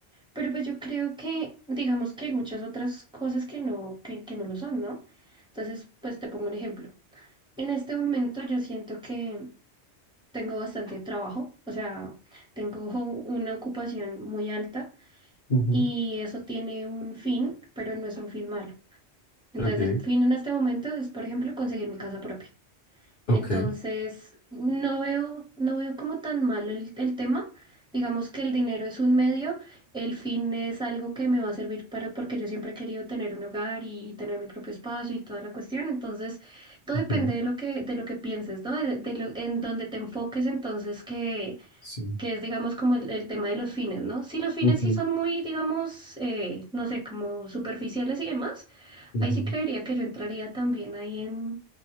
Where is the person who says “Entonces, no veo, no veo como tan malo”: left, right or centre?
Centre